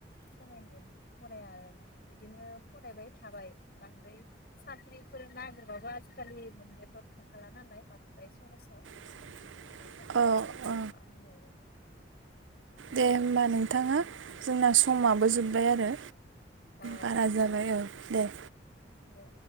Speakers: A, on the left; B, on the right.
A: फरायनो फराया आरोना। बिदिनो फरायबाय थाबाय बांद्राय साख्रिफोर नागिरबाबो आजिखालि मोननोथ' थांखाला नालाय बांद्राय सहसाव।
B: <inaudible>
A: माने गासिबो
B: औ औ
A: मा होनबावगोन। फैसा
B: दे होमबा
A: होग्रोबासो
B: नोंथाङा
A: फैसा मोनो
B: जोंना समाबो जोब्बाय आरो।
A: अ
B: बारा जाबाय औ दे।
A: दे।